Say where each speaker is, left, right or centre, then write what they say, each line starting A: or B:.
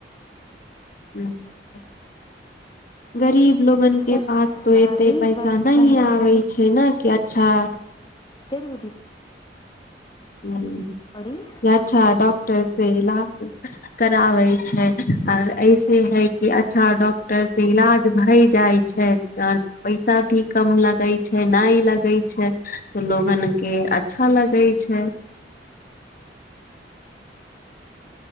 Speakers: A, on the left; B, on the left.
A: <unintelligible> गरीब लोगन के
B: तऽ
A: पास तो
B: ना
A: एते
B: तऽ ई
A: पैसा
B: सब
A: नी
B: तनी योजना
A: आबे छै ने कि अच्छा
B: तर उरी
A: ह
B: पड़ी ई
A: अच्छा डॉ डॉक्टर से इलाज कराबे छै और ऐसे है कि अच्छा डॉक्टर से इलाज भय जाय छै आऔर पैसा भी कम लगे छै नई लगे छै तऽ लोगन के अच्छा लगे छै